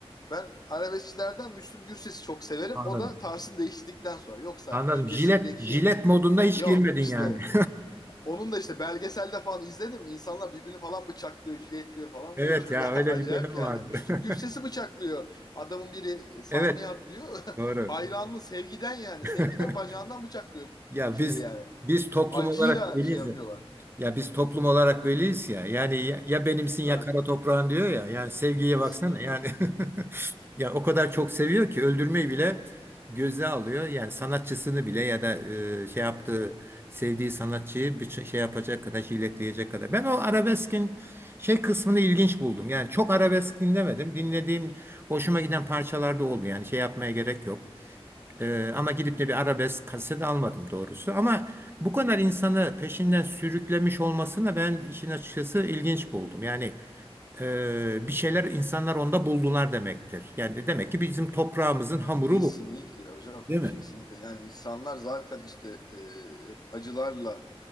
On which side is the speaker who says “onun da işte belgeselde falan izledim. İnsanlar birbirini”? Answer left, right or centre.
Left